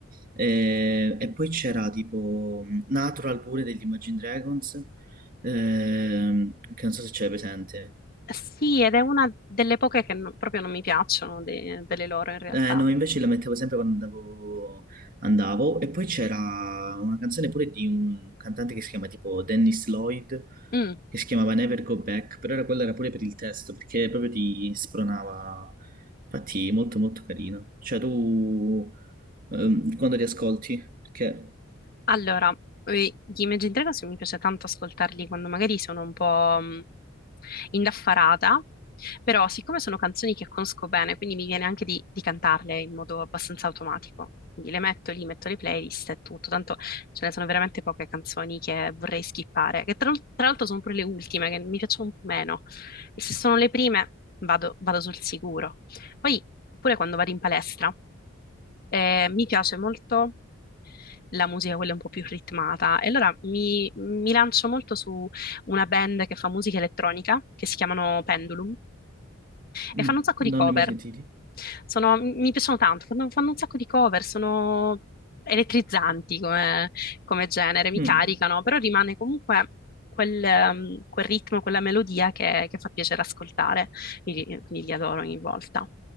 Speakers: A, on the right; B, on the left.
A: Eh, e poi c'era tipo mm, Natural pure degli Imagine Dragons, ehm, che non so se c'è presente.
B: Sì, ed è una delle poche che non- proprio non mi piacciono de- delle loro in realtà.
A: Eh, no, invece la mettevo sempre quando andavo, andavo. E poi c'era una canzone pure di un cantante che si chiama tipo Dennis Lloyd,
B: Mm.
A: che si chiamava Never Go Back, però era quella era pure per il testo, perché proprio ti spronava. Infatti, molto molto carina. Cioè, tu ehm, quando li ascolti, perché
B: Allora, eh, gli Imagine Dragons mi piace tanto ascoltarli quando magari sono un po' mh, indaffarata, però siccome sono canzoni che conosco bene, quindi mi viene anche di, di cantarle in modo abbastanza automatico. Quindi le metto lì, metto le playlist e tutto. Tanto ce ne sono veramente poche canzoni che vorrei skippare, che tra, tra l'altro sono pure le ultime, che mi piacciono un po' meno. E se sono le prime, vado, vado sul sicuro. Poi, oppure quando vado in palestra, eh, mi piace molto la musica quella un po' più ritmata. E allora mi, mi lancio molto su una band che fa musica elettronica, che si chiamano Pendulum,
A: mm,
B: e fanno un sacco di
A: non
B: cover.
A: li hai mai sentiti?
B: Sono- mi piacciono tanto, fanno, fanno un sacco di cover, sono elettrizzanti come, come genere, mi
A: Mm,
B: caricano, però rimane comunque quel, ehm, quel ritmo, quella melodia che, che fa piacere ascoltare, quindi, quindi li adoro ogni volta.